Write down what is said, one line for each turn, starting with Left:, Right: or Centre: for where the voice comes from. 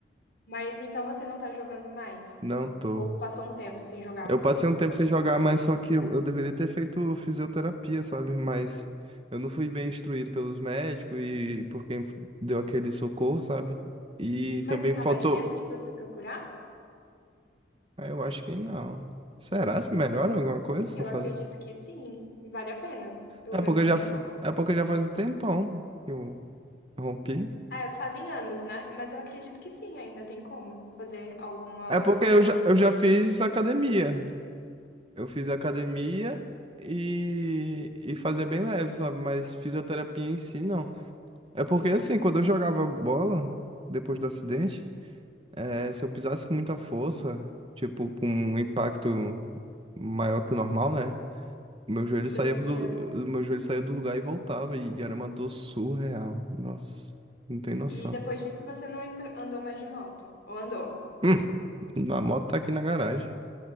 Left: Mas então você não tá jogando mais?
Right: Não tô.
Left: Ou passou um tempo sem jogar?
Right: Eu passei um tempo sem jogar, mas só que eu, eu deveria ter feito fisioterapia, sabe? Mas eu não fui bem instruído pelos médicos e por quem deu aquele socorro, sabe? E
Left: Mas
Right: também
Left: não
Right: faltou.
Left: dá mais tempo de você procurar?
Right: Ah, eu acho que não. Será se melhora alguma coisa se
Left: Eu
Right: eu fazer?
Left: acredito que sim. Vale a pena. Pelo
Right: É
Left: menos
Right: porque eu
Left: tentar.
Right: já, fa- é porque já faz um tempão que eu rompi.
Left: É, fazem anos, né? Mas eu acredito que sim, ainda tem como fazer alguma,
Right: É porque
Left: algum
Right: eu
Left: exercício.
Right: já, eu já fiz academia. Eu fiz academia e, e fazia bem leve, sabe? Mas fisioterapia em si, não. É porque assim, quando eu jogava bola, depois do acidente, eh, se eu pisasse com muita força, tipo, com um impacto maior que o normal, né? O meu joelho saía
Left: Doía,
Right: do,
Left: né?
Right: o meu joelho saía do lugar e voltava, e era uma dor surreal. Nossa, não tem noção.
Left: E depois disso você não entra- andou mais de moto. Ou andou?
Right: Hum, a moto tá aqui na garagem.